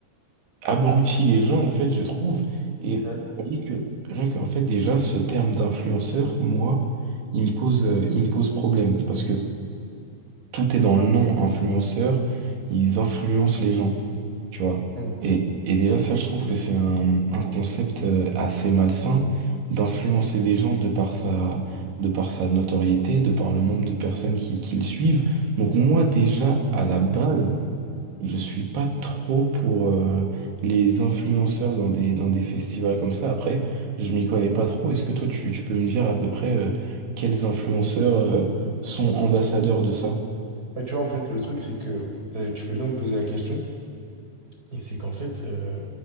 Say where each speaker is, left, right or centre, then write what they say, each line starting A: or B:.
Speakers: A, on the right; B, on the right.
A: abrutit les gens, en fait, je trouve. Et
B: Ok.
A: rien que, rien qu'en fait, déjà, ce terme d'influenceur, moi, il me pose, euh, il me pose problème. Parce que tout est dans le nom influenceur, ils influencent les gens, tu vois.
B: Mm.
A: Et, et déjà, ça, je trouve que c'est un, un concept euh, assez malsain d'influencer des gens de par sa, de par sa notoriété, de par le nombre de personnes qui, qui le suivent. Donc moi, déjà, à la base, je suis pas trop pour euh, les influenceurs dans des, dans des festivals comme ça. Après, je m'y connais pas trop. Est-ce que toi, tu, tu peux me dire à peu près euh, quels influenceurs euh, sont ambassadeurs de ça?
B: Ouais, tu vois, en fait, le truc, c'est que t'as- tu fais bien de poser la question, et c'est qu'en fait, euh,